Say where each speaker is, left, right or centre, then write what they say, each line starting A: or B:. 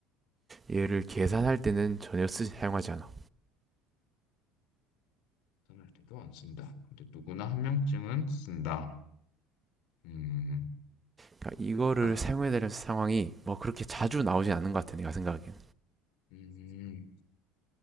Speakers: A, on the right; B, on the left.
A: 얘를 계산할 때는 전혀 쓰, 사용하지 않아.
B: 계산할 때도 안 쓴다 근데 누구나 한 명쯤은 쓴다 음,
A: 그러니까 이거를
B: 나,
A: 사용해야 될 상황이 뭐 그렇게 자주
B: 음,
A: 나오진 않는 것 같아 내가 생각하기엔.
B: 음,